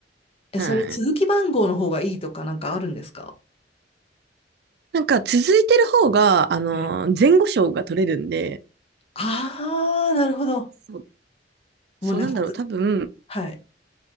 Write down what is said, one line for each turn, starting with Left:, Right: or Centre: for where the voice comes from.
Left: え、
Right: う。
Left: それ続き番号の方がいいとかなんかあるんですか
Right: うん。なんか続いてる方が、あのー前後賞が取れるんで、
Left: はい。ああー、なるほど。
Right: そう、
Left: もうね、
Right: そうなんだろう、
Left: 本当
Right: 多分、
Left: はい、